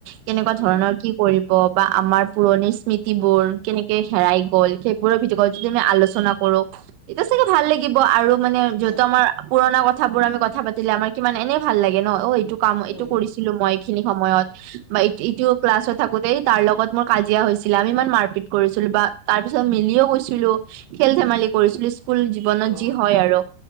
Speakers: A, on the right (about 85°); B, on the left (about 40°).
A: কেনেকুৱা ধৰণৰ
B: উম
A: কি কৰিব? বা আমাৰ পুৰণি স্মৃতিবোৰ কেনেকে হেৰাই গ'ল, সেইবোৰৰ ভিডিঅ'কল যদি মই আলোচনা কৰো। এতিয়া চাগে ভাল লাগিব আৰু। মানে যিহেতু
B: হয়
A: আমাৰ পুৰণা কথাবোৰ আমি কথা পাতিলে, আমাৰ কিমান এনেই ভাল লাগে ন, অ, এইটো কাম এইটো
B: উম
A: কৰিছিলো মই, এইখিনি সময়ত। বা ই-ইটো ক্লাছত থাকোতেই তাৰ লগত মোৰ কাজিয়া হৈছিলে, আমি ইমান মাৰপিট কৰিছিলো বা তাৰ পিছত মিলি <unintelligible> আমিয়ো গৈছিলোঁ, খেল-ধেমালি কৰিছিলোঁ স্কুল জীৱনত।
B: অ
A: যি হয় আৰু